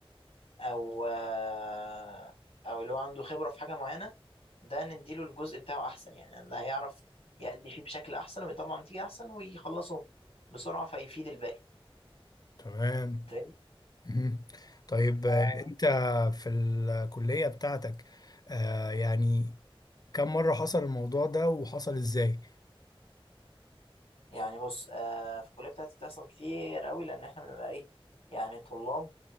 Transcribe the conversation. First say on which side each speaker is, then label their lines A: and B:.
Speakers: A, on the left (about 80°); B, on the left (about 40°).
A: او آه او لو عنده خبرة في حاجة معينة ده نديله الجزء بتاعه احسن يعني ده هيعرف يأدي فيه بشكل احسن ويطلع نتيجة احسن ويخلصه بسرعة فيفيد الباقي
B: تمام
A: فاهم؟
B: مهم. طيب آه،
A: آه
B: انت في الكلية بتاعتك آه، يعني كم مرة حصل الموضوع ده وحصل ازاي؟
A: يعني بص آه في الكليه بتاعتي بتحصل كتير قوي لان احنا بنبقى ايه يعني طلاب